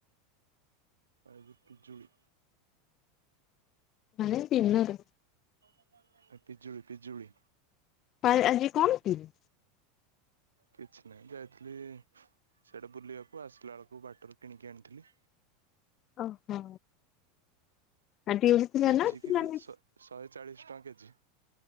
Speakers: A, on the right; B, on the left.
A: ଆଜି ପିଜୁଳି।
B: ମାନେ ଦିନର।
A: <unintelligible> ଆ ପିଜୁଳି, ପିଜୁଳି।
B: <unintelligible> ଆଜି କଣ? <unintelligible>
A: କିଛି ନାହିଁ ଯାଇଥିଲି ସେଇଟା ବୁଲିବାକୁ ଆସିଲା ବେଳକୁ ବାଟରୁ କିଣିକି ଆଣିଥିଲି।
B: ଓହୋ ଆଜି ଥିଲା
A: କେଜି
B: ନା ଥିଲାନି
A: କି ବି ଶ ଶହେ ଚାଳିଶ ଟଙ୍କା କେଜି।